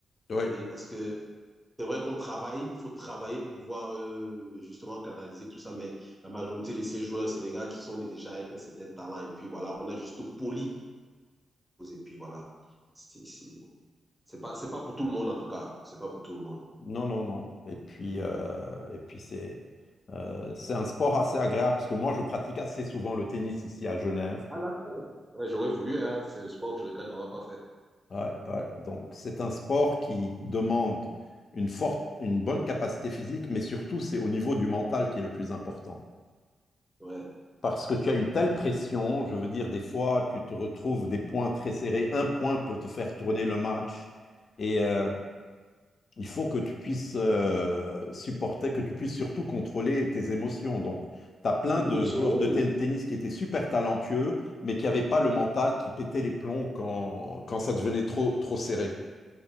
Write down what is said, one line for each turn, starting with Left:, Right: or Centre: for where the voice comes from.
Left: Oui.
Centre: Vous voyez, parce que c'est vrai qu'on travaille, il faut travailler pour pouvoir euh, justement canaliser tout ça, mais la majorité de ces joueurs, c'est des gars qui sont nés déjà avec un certain talent, et puis voilà, on a juste poli, et puis voilà. C'est c'est- c'est pas, c'est pas pour tout le monde en tout cas, c'est pas pour tout le monde.
Left: Non, non, non. Et puis, euh, et puis c'est euh, c'est un sport assez agréable parce que moi, je pratique assez souvent le tennis ici à Genève.
Centre: Ah, d'accord. Ouais, j'aurais voulu, hein, c'est le sport que je regrette d'avoir pas fait.
Left: Ouais, ouais. Donc, c'est un sport qui demande une forte, une bonne capacité physique, mais surtout, c'est au niveau du mental qui est le plus important.
Centre: Ouais.
Left: Parce que tu as une telle pression, je veux dire, des fois, tu te retrouves des points très serrés. Un point peut te faire tourner le match. Et, euh, Il faut que tu puisses euh, supporter, que tu puisses surtout contrôler tes émotions. Donc, tu as plein
Centre: Les
Left: de
Centre: émotions,
Left: joueurs
Centre: oui.
Left: de ten- tennis qui étaient super talentueux, mais qui n'avaient pas le mental, qui pétaient les plombs quand, quand ça devenait trop, trop serré.